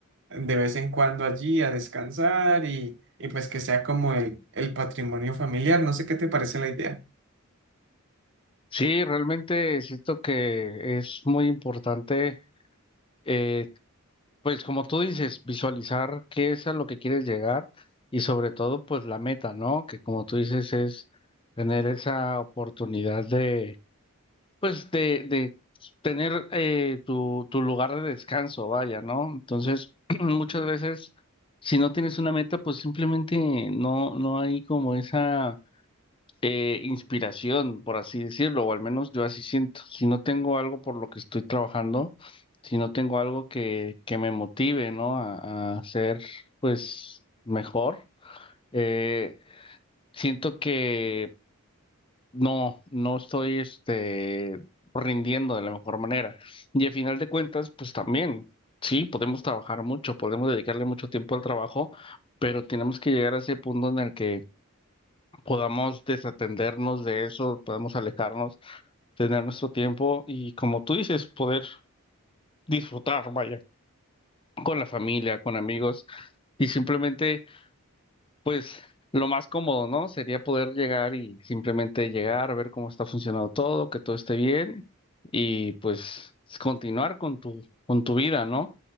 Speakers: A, on the right (about 55°); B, on the left (about 25°).
A: de vez en cuando allí a descansar y, y pues que sea como el, el patrimonio familiar. No sé qué te parece la idea.
B: Sí, realmente siento que es muy importante Eh, pues como tú dices, visualizar qué es a lo que quieres llegar y sobre todo pues la meta, ¿no? Que como tú dices es tener esa oportunidad de pues de, de tener eh, tu, tu lugar de descanso, vaya, ¿no? Entonces <clears throat> muchas veces si no tienes una meta pues simplemente no, no hay como esa eh, inspiración, por así decirlo, o al menos yo así siento. Si no tengo algo por lo que estoy trabajando, si no tengo algo que, que me motive, ¿no? A, a ser, pues, mejor, eh, siento que no, no estoy, este, rindiendo de la mejor manera. Y al final de cuentas, pues también, sí, podemos trabajar mucho, podemos dedicarle mucho tiempo al trabajo, pero tenemos que llegar a ese punto en el que podamos desatendernos de eso, podamos alejarnos tener nuestro tiempo y, como tú dices, poder disfrutar, vaya, con la familia, con amigos y simplemente, pues, lo más cómodo, ¿no? Sería poder llegar y simplemente llegar, ver cómo está funcionando todo, que todo esté bien y, pues, continuar con tu, con tu vida, ¿no?